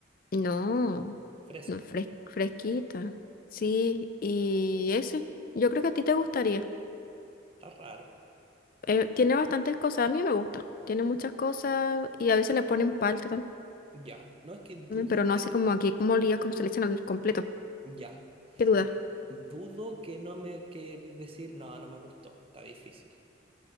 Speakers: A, on the left; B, on the right.
A: No,
B: Fresco.
A: no es fres- fresquita. Sí, y ese, yo creo que a ti te gustaría.
B: Está raro.
A: Eh, tiene bastantes cosas, a mí me gusta. Tiene muchas cosas y a veces le ponen palta
B: Ya, no es que dudo
A: también, pero no
B: que,
A: así como aquí molida, como se le echan al completo.
B: ya,
A: ¿Qué duda?
B: Es- dudo que no me, que de- decir, no, no me gustó, está difícil,